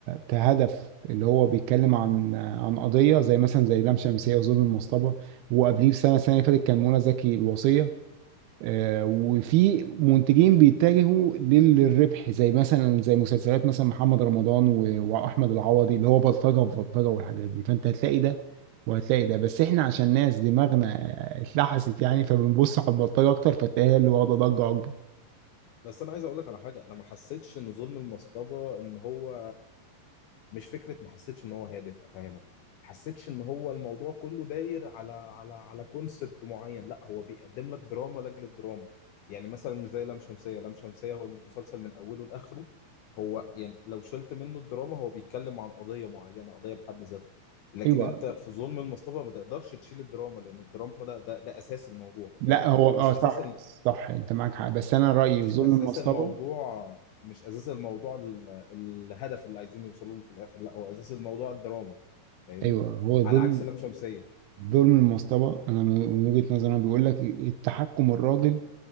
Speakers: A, on the right (about 85°); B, on the left (about 75°).
A: كهدف اللي هو بيتكلم عن عن قضية زي مثلا زي لام شمسية وظلم المصطبة وقبليه بسنة السنة اللي فاتت كان منى زكي الوصية آه، وفي منتجين بيتجهوا للربح زي مثلا زي مسلسلات مثلا محمد رمضان و- واحمد العوضي اللي هو بلطجه في بلطجه والحاجات دي فانت هتلاقي ده وهتلاقي ده بس احنا عشان ناس دماغنا آه، اتلحست يعني فبنبص على البلطجه اكتر فتلاقيها اللي واخده ضجه اكبر
B: بس انا عايز اقول لك على حاجة انا ما حسيتش ان ظلم المصطبة ان هو مش فكره ما حسيتش ان هو هادف افهمك ما حسيتش ان هو الموضوع كله داير على على على كونسبت معين لا هو بيقدم لك دراما لاجل الدراما يعني مثلا مش زي لام شمسيه لام شمسيه هو المسلسل من اوله لاخره هو يعني لو شلت منه الدراما هو بيتكلم عن قضيه معينه قضيه بحد ذاتها لكن
A: ايوه
B: انت في ظلم المصطبه ما تقدرش تشيل الدراما لان الدراما ده ده, ده اساس الموضوع فاهم
A: لا هو
B: مش
A: اه
B: اساس
A: صح صح انت معاك حق بس انا رايي
B: مش
A: ظلم
B: اساس
A: المصطبه
B: الموضوع مش اساس الموضوع ال- الهدف اللي عايزين يوصلوا له في الاخر لا هو اساس الموضوع الدراما فاهمني
A: ايوه هو ظلم
B: على عكس لام شمسية
A: ظلم المصطبه انا من من وجهه نظري انا بيقول لك التحكم الراجل